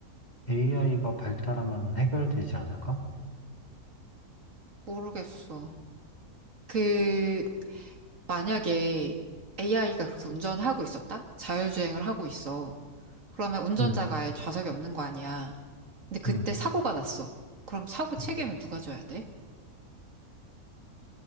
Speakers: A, on the left (about 25°); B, on the right (about 55°).
A: AI가 발달하면 해결되지 않을까?
B: 모르겠어. 그 만약에 AI가 그렇게 운전하고 있었다? 자율주행을 하고 있어. 그러면 운전자가
A: 응
B: 아예 좌석이 없는 거 아니야. 근데 그때
A: 응
B: 사고가 났어. 그럼 사고 책임은
A: 음,
B: 누가 져야 돼?